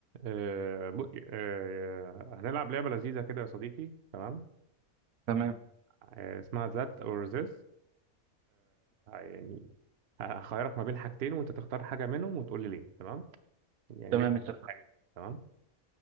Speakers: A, on the right (about 60°); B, on the right (about 85°).
A: آه، ب- آه، هنلعب لعبة لذيذة كده يا صديقي تمام
B: تمام
A: آه، اسمها ذات أو ذس يعني هخيرك ما بين حاجتين وأنت تختار حاجة منهم وتقول لي ليه تمام يعني
B: تمام
A: ليه اخترت
B: اتفق
A: الحاجة دي تمام